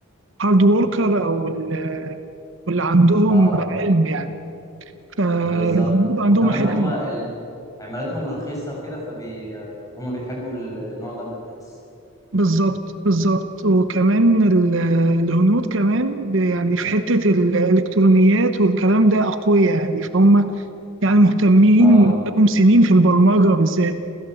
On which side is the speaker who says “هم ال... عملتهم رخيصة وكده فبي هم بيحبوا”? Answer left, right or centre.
Left